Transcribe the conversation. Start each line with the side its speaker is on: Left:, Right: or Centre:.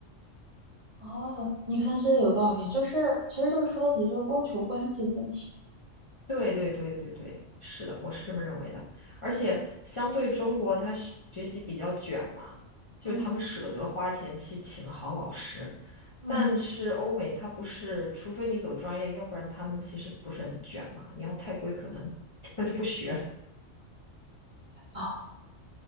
Right: 哦，你分析的有道理，就是其实就是说到底就是供求关系的问题。
Left: 对对对对对，是的，我是这么认为的。而且相对中国，他学学习比较卷嘛，就是他们舍得花钱去请好老师，
Right: 嗯嗯，
Left: 但是欧美它不是，除非你走专业，要不然他们其实不是很卷嘛。你要太贵，可能 <laughs> 他就不学了。
Right: 啊，哦